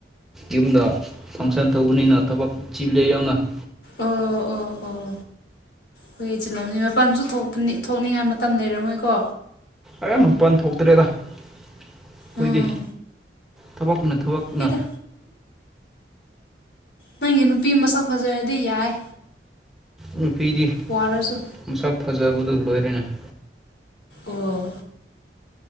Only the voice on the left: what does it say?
ꯑꯣ ꯑꯣ ꯑꯣ ꯍꯣꯏ ꯆꯤꯜꯂꯝꯅ ꯃꯄꯥꯟꯁꯨ ꯊꯣꯛꯄꯅꯤ ꯊꯣꯛꯅꯤꯡꯉꯥꯏ ꯃꯇꯝ ꯂꯩꯔꯝꯃꯣꯏꯀꯣ
ꯎꯝ
ꯍꯣꯏꯗ ꯅꯪꯒꯤ ꯅꯨꯄꯤ ꯃꯁꯛ ꯐꯖꯔꯗꯤ ꯌꯥꯏ
ꯋꯥꯔꯁꯨ
ꯑꯣ